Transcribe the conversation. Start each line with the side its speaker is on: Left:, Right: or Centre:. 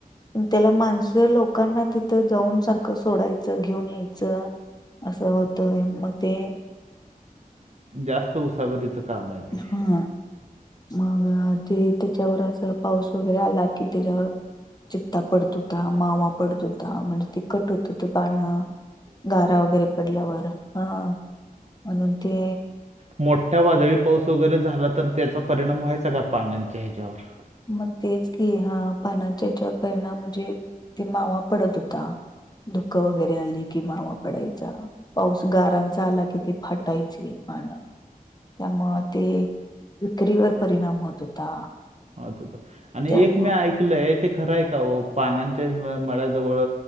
Left: पण त्याला माणस लोकांना तिथं जाऊन सारखं सोडायचं घेऊन यायचं. असं होतय मग ते
Right: जास्त उसाबरीचं काम आहे ते.
Left: ह मग ते त्याच्यावर असं पाऊस वगैरे आला कि त्याच्यावर चित्ता पडत होता मावा पडत होता म्हणजे ते कट होत हो ते पाण गारा वगैरे पडल्यावर हा म्हणून ते
Right: मोठ्या वादळी पाऊस वगैरे झाला तर त्याचा परिणाम व्हायचा का पानांच्या ह्याच्यावर
Left: मग तेच की हा पानांच्या जतभरणा म्हणजे ते मावा पडत होता. धुक वगैरे आली कि मावा पडायचा पाऊस गारांचा. जाला किती फटायची आणि त्यामुळे ते विक्रीवर परिणाम होत होता.
Right: हो आणि
Left: त्यामुळं
Right: एक मी ऐक ते खरं आहे का पानांच्या मळ्या जवळ